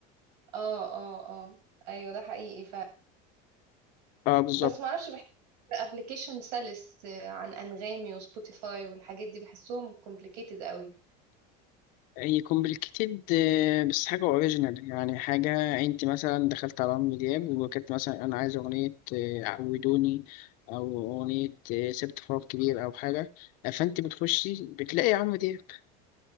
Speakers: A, on the right (about 90°); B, on the left (about 45°).
A: اه اه اه ايوه ده حقيقي فعلا
B: اه بالظبط
A: بس معرفش ابلكيشن سلس آه، عن انغامي وسبوتيفاي والحاجات دي بحسهم كومبليكيتد قوي
B: يكون بالكتير آه، بس حاجة اوريجينال يعني حاجة انت مثلا دخلت على عمرو دياب وكانت مثلا انا عايز اغنية آه، عودوني او اغنية آه، سبت فراغ كبير او حاجة فانت بتخشي بتلاقي عمرو دياب